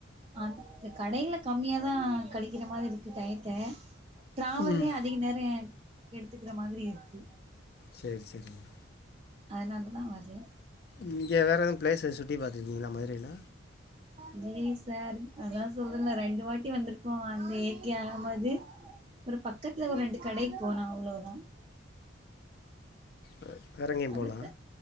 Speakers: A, on the right; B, on the left.
A: அந் கடையில கமியாதா கழிக்கற மாரி இருக்கு டயத்த டிராவல்லயே
B: ம்
A: அதிக நேர எடுத்துக்கிற மாதிரி இருக்கு
B: சேரி செரிங்மா
A: அதனாலதா நா வரல
B: இங்க வேறெதுவு ப்ளேஸ சுத்தி பாத்துருக்கிங்ளா மதுரைல
A: இல்லைங் சார் அதா சொல்றன்ல ரெண்டு வாட்டி வந்திருக்கோ அந்த ஏகே அகமது ஒரு பக்கத்துல ஒரு ரெண்டு கடைக்கு போனோ அவ்ளவ்தா
B: வெ வேறங்கயு போல
A: அதத்த